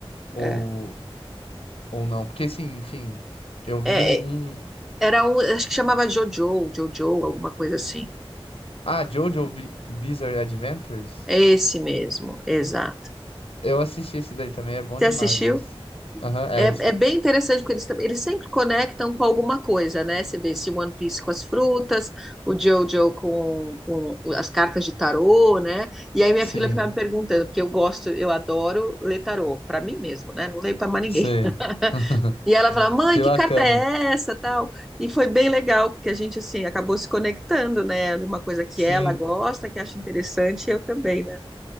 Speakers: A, on the left (about 70°); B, in the centre.
A: Ou
B: É.
A: Ou não? Porque, assim, enfim, eu vi
B: É,
A: um.
B: era um, acho que chamava Jojo, Jojo, alguma coisa assim.
A: Ah, JoJo Bi- Bizarre Adventures?
B: É esse mesmo, exato.
A: Eu assisti esse daí também, é bom
B: Você
A: demais.
B: assistiu?
A: as- Aham, é.
B: É,
A: s-
B: é bem interessante, porque eles, tam- eles sempre conectam com alguma coisa, né? Você vê esse One Piece com as frutas, o Jojo com, com as cartas de tarô, né? E aí minha
A: Sim,
B: filha ficava me perguntando, porque eu gosto, eu adoro ler tarô, para mim mesmo, né? Não leio para mais ninguém.
A: sim. <laughs>
B: E ela falava, mãe,
A: Que
B: que
A: bacana.
B: carta é essa, tal? E foi bem legal, porque a gente, assim, acabou se conectando, né? De uma coisa que
A: Sim,
B: ela gosta, que acha interessante, e eu também, né?